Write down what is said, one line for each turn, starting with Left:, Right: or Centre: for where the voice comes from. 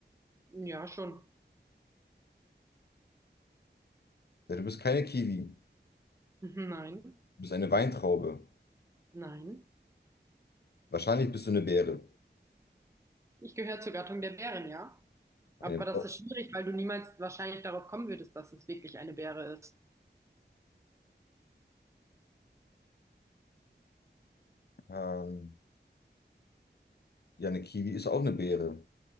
Right: Ja, schon.
Left: Ja, du bist keine Kiwi.
Right: <laughs> Nein,
Left: Du bist eine Weintraube.
Right: nein.
Left: Wahrscheinlich bist du eine Beere.
Right: Ich gehöre zur Gattung der Bären, ja.
Left: Eine,
Right: Aber das ist schwierig, weil du niemals wahrscheinlich darauf kommen würdest, dass es wirklich eine Beere ist.
Left: ähm, ja, eine Kiwi ist auch eine Beere.